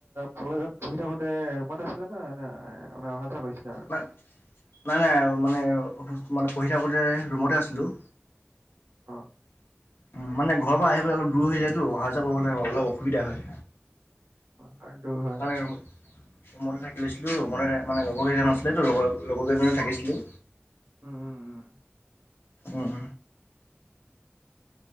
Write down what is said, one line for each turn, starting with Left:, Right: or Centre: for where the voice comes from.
Right: কলেজত পঢ়ি থাকোতে ৰুমত আছিলা? ন নে মানে অহা-যোৱা কৰিছিলা? আৰু?
Left: নাই। নাই নাই মানে আৰু ৰু মানে পঢ়ি থাকোঁতে ৰুমতে আছিলোঁ।
Right: অ।
Left: উম মানে ঘৰৰ পৰা আহিব বলৈ অলপ দূৰ হৈ যায়তো। অহা যোৱা কৰিবলৈ অলপ অসুবিধা হয়।
Right: সেইটো হয়।
Left: আমি ৰুম ৰুমতে থাকি লৈছিলো। ৰুমতে মানে লগৰ কেইজন আছিলেতো লগৰ লগৰ কেইজনে থাকিছিলো।
Right: উম উম উম।
Left: উমহ।